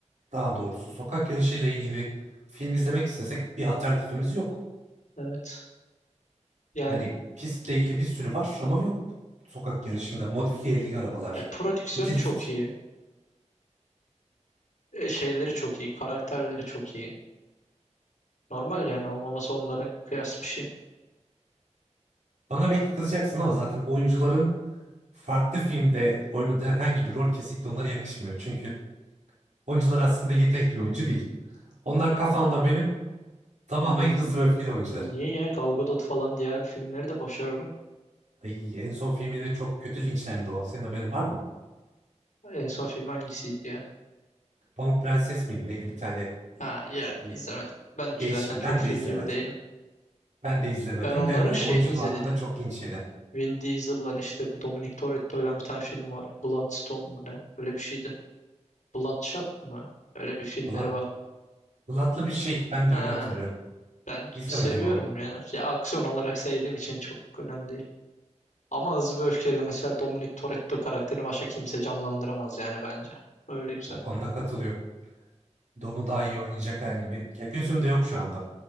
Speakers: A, on the right; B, on the left.
A: daha doğrusu sokak yarışıyla ilgili film izlemek istesek bir alternatifimiz yok.
B: Evet. Yani
A: Hani pistle ilgili bir sürü var ama yok sokak yarışında modifiyeli arabalar,
B: e, prodüksiyonu
A: drift.
B: çok iyi. E, şeyleri çok iyi. Karakterleri çok iyi. Normal yani olmaması onların kıyas bir şey.
A: Bana belki kızacaksın ama zaten oyuncuların farklı filmde oynadığı herhangi bir rol kesinlikle onlara yakışmıyor. Çünkü oyuncular aslında yetenekli bir oyuncu değil. Onlar kafamda benim tamamen
B: Ni-
A: hızlı ve öfkeli oyuncular.
B: Niye ya? Gal Gadot falan diğer filmleri de başarılı.
A: Ay, en son filminde çok kötü linçlendi o. Senin haberin var mı?
B: En son film hangisiydi ya?
A: Pamuk Prenses miydi? Neydi bir tane
B: Ha yok
A: böyle
B: izlemedim. Ben
A: değişik.
B: zaten
A: Ben
B: çok filmci
A: de izlemedim.
B: bir değilim.
A: Ben de izlemedim
B: Ben onların
A: de hani
B: şeyini
A: oyunculuğu
B: izledim.
A: hakkında çok linç yedi.
B: Vin Diesel'la işte bu Dominic Toretto'yla bir tane film var. Bloodstone mu ne? Öyle bir şeydi. Bloodshot mı? Öyle bir filmleri
A: Valla
B: var.
A: Ilıtlı bir şey. Ben
B: Ha,
A: de öyle hatırlıyorum.
B: ben
A: İzlemedim
B: seviyorum
A: ama.
B: ya. Ya aksiyon olarak sevdiğim için çok önemli değil. Ama Hızlı ve Öfkeli mesela Dominic Toretto karakterini başka kimse canlandıramaz yani bence. Öyle güzel.
A: O konuda katılıyorum. Dom'u daha iyi oynayacak herhangi bir... Ya gözümde yok şu anda.